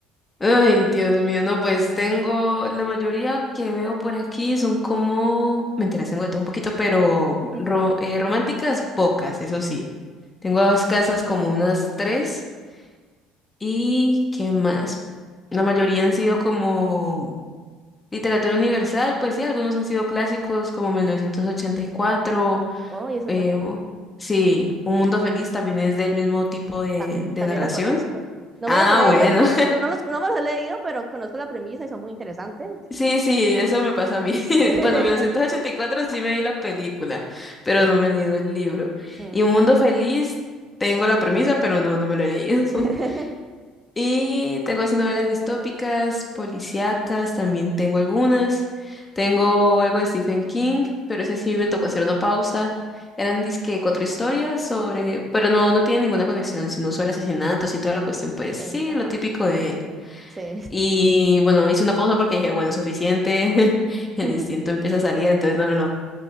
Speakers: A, on the left; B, on the right.
A: Ay, Dios mío, no, pues tengo, la mayoría que veo por aquí son como, mentiras, tengo de todo un poquito, pero
B: <laughs>
A: ro- eh, románticas pocas, eso sí. Tengo escasas como unas tres y ¿qué más? La mayoría han sido como literatura universal, pues sí, algunos han sido clásicos como 1984,
B: Oh, y eso
A: eh,
B: es bueno.
A: o- sí, Un Mundo Feliz también es del mismo tipo de
B: Ta-
A: de
B: también
A: narración.
B: lo conozco. No
A: Ah,
B: me los he leído,
A: bueno.
B: no, no los, no me los he leído, pero conozco la premisa y son muy interesantes.
A: Sí, sí, eso me pasa a mí. <laughs>
B: <laughs>
A: Bueno, mil novecientos ochenta y cuatro sí me vi la película, pero
B: Sí.
A: no me he leído el libro.
B: Mm.
A: Y Un Mundo Feliz, tengo la premisa, pero no, no me lo he leído. <laughs>
B: <laughs>
A: Y tengo así novelas distópicas, policíacas, también tengo algunas. Tengo algo de Stephen King, pero ese sí me tocó hacer una pausa. Eran dizque cuatro historias sobre, pero no, no tiene ninguna conexión, sino sobre asesinatos y toda la cuestión, pues
B: Sí,
A: sí,
B: ajá.
A: lo típico de él.
B: Sí.
A: Y bueno, hice una pausa porque dije, bueno, suficiente. <laughs>
B: <laughs>
A: El instinto empieza a salir, entonces no, no, no.